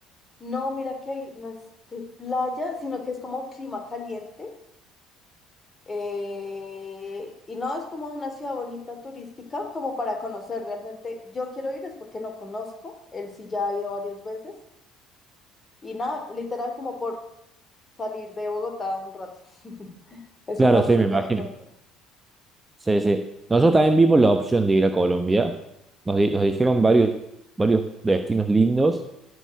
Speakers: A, on the left; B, on the right.
A: no, mira que ahí no es de playa, sino que es como clima caliente. Eh, y no es como una ciudad bonita turística, como para conocer realmente. Yo quiero ir es porque no conozco, él sí ya ha ido varias veces. Y nada, literal como por salir de Bogotá un rato. <laughs> Eso
B: Claro,
A: va a
B: sí,
A: ser
B: me
A: un
B: imagino.
A: viaje corto.
B: Sí, sí. Nosotros también vimos la opción de ir a Colombia. Nos, di- nos dijeron varios, varios destinos lindos.